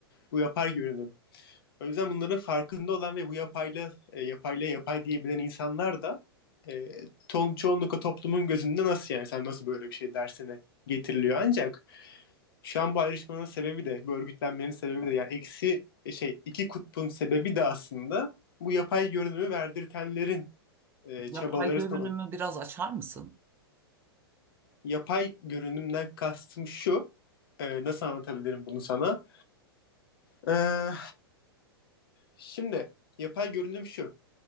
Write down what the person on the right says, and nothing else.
Yapay
görünümü
biraz açar mısın?